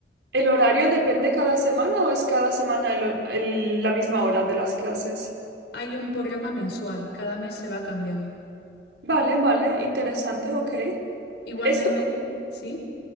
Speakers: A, on the right; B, on the left.
A: ¿El horario depende cada semana o es cada semana el- el- la misma hora de las clases?
B: Hay un programa mensual, cada mes se va cambiando.
A: Vale, vale, interesante, ok.
B: Igualmente,
A: Esto
B: sí,